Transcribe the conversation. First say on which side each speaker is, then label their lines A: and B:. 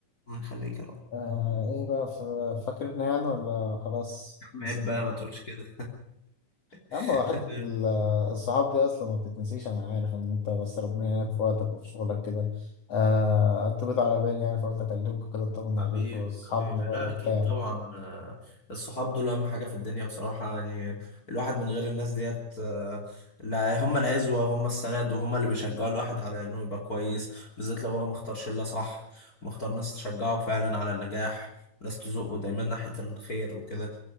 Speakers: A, on the left (about 25°); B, on the left (about 50°).
A: الله يخليك يا رب
B: آه ايه بقى ف- فاكرنا يعني ولا خلاص
A: يا عم
B: نسيتنا
A: عيب بقى ما تقولش كده <laughs>
B: يا عم هو حته
A: دول
B: ال- الصحاب دي اصلا ما بتتنسيش انا عارف ان انت بس ربنا يعينك في وقتك وفي شغلك كده آه انت بقيت على بالي يعني فقلت اكلمك كده اطمن
A: حبيبي
B: عليك واصحابنا
A: حبيبي
B: بقى
A: لا
B: وبتاع
A: اكيد طبعا آه، الصحاب دول اهم حاجه في الدنيا بصراحه يعني الواحد من غير الناس ديت آه، لا هم العزوه هم السند وهم اللي بيشجعوا الواحد على انه يبقى كويس بالذات لو هو مختار شله صح مختار ناس تشجعه فعلا على النجاح ناس تزقه دايما ناحيه الخير وكده